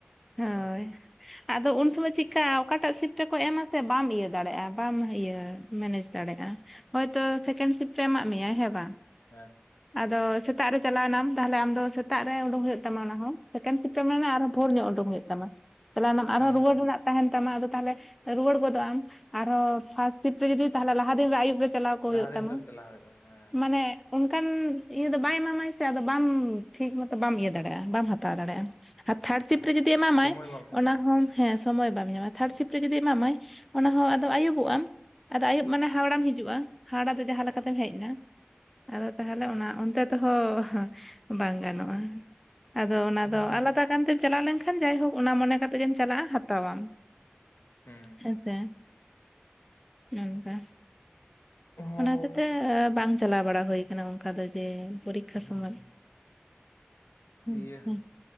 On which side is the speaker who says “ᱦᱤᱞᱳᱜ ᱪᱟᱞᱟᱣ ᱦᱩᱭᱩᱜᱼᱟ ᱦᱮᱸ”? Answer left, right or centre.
Left